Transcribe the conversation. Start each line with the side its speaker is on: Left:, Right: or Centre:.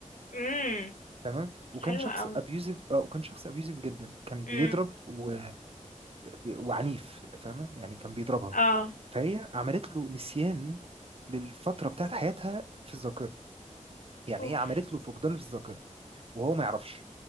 Left: مم.
Right: تمام وكان
Left: حلوة
Right: شخص
Left: قوي
Right: ابيوزيف آه وكان شخص ابيوزيف جدا كان
Left: مم.
Right: بيضرب و... ب- وعنيف فاهمه يعني كان بيضربها
Left: اه
Right: فهي عملت له نسيان للفتره بتاعت حياتها في الذاكره يعني
Left: اوف
Right: هي عملت له فقدان في الذاكره وهو ما يعرفش